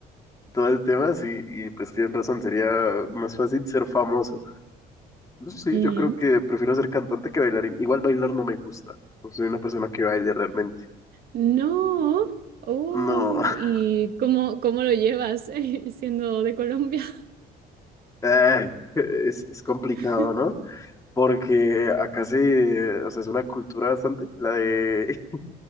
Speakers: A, on the left; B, on the right.
A: todo el tema, sí, y pues tienen razón, sería más fácil ser famoso. No sé,
B: mm.
A: sí, yo creo que prefiero ser cantante que bailarín. Igual bailar no me gusta. No soy una persona que baile realmente.
B: No. Oh,
A: No,
B: ¿y
A: <laughs>
B: cómo, cómo lo llevas <laughs> eh, siendo de Colombia?
A: eh, es, es complicado,
B: <laughs>
A: ¿no? Porque acá sí, o sea, es una cultura bastante, la de <laughs>